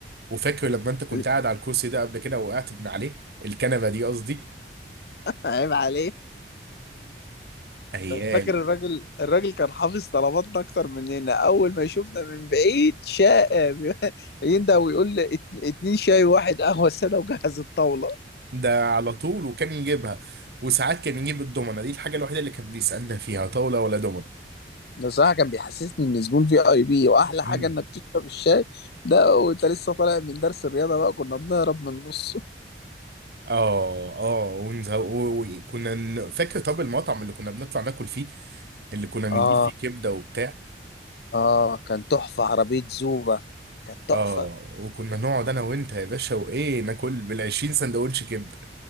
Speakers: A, on the right; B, on the left.
A: وفاكر لما انت كنت
B: <laughs>
A: قاعد على الكرسي ده قبل كده وقعت من عليه الكنبه دي قصدي
B: عيب عليه
A: ايام
B: فاكر الراجل الراجل كان حافظ طلباتنا اكتر مننا اول ما يشوفنا من بعيد شاء <laughs> يندى ويقول لي ات- اتنين شاي وواحد قهوه ساده وجهز الطاوله
A: ده على طول وكان يجيبها وساعات كان يجيب الدومنه دي الحاجه الوحيده اللي كان بيسالنا فيها طاوله ولا دومنه
B: ده صراحة كان بيحسسني إن زبون في أي بي وأحلى
A: مم.
B: حاجة إنك تشرب الشاي ده وأنت لسه طالع من درس الرياضة بقى كنا بنهرب من النص
A: اه اه ونزه- و- وكنا ن- فاكر طب المطعم اللي كنا بنطلع ناكل فيه اللي كنا بنجيب
B: آه
A: فيه كبده وبتاع
B: آه كان تحفة عربية زوبة كانت تحفة
A: اه وكنا نقعد انا وانت يا باشا وايه ناكل بال 20 سندوتش كبده